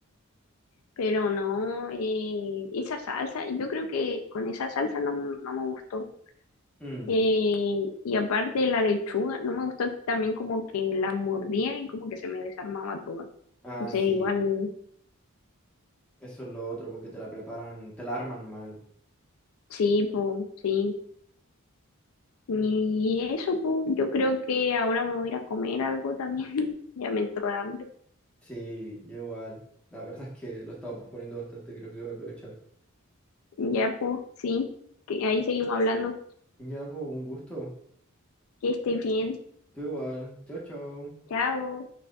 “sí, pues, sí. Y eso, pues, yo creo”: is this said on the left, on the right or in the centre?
Left